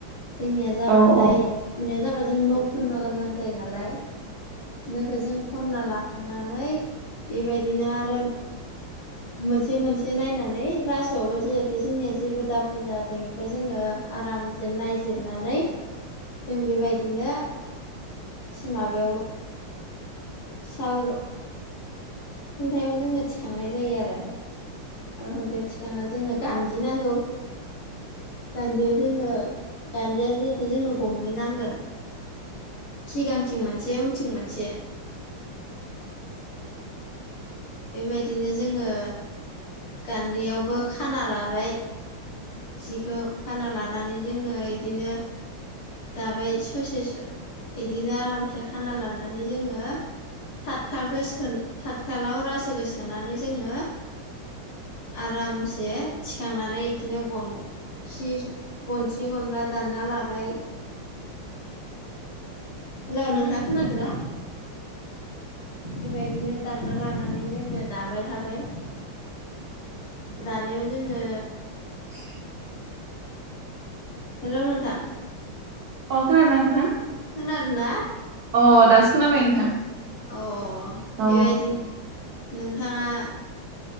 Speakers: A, on the left; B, on the right.
A: जोंनिया जाबाथाय
B: औ अ
A: थुनायया जाबा जों नो खननो गानां जायो नालाय‌ नोखौ जों खनना लाखांनानै, बेबायदिनो आरो मोनसे मोनसे नायनानै रासोआवबो जिहेथु जोंनिया जेबो दाभुल जाथों बेखौ जोङो आरामसे नायजिरनानै जों बेबायदिनो एसे माबायाव साल खुन्थायाव जोङो थिखांनाय जायो आरो। साल खुन्थायाव थिखांनायाव जोंनो गान्दि नांगौ। गान्दियाव जोङो गान्दिया जिहेथु जोंनो गंनै नांगोन। सिगांथिं मोनसे उनथिं मोनसे। बेबायदिनो जोङो गान्दैयावबो खाना लाबाय जिखौ खाना लानानै जोङो इदिनो दाबाय ससे बिदिनो आरामसे खाना लानानै जोङो थाथखालखौ सो थाथखालाव रासोखौ सोनानै जोङो आरामसे थिखांनानै बिदिनो गन सि गनसे गनला दानना लाबाय हेलौ नोंथाङा! खोनादों ना? बेबायदिनो दानना लानानै जोङो दाबाय थाबाय। दानायाव जोङो
B: <inaudible>
A: हेलौ नोंथां!
B: अ खोनादों नोंथां।
A: खोनादों ना
B: अ दासो खोनाबाय नोंथां
A: अ
B: अ
A: बेबायदि नोंथाङा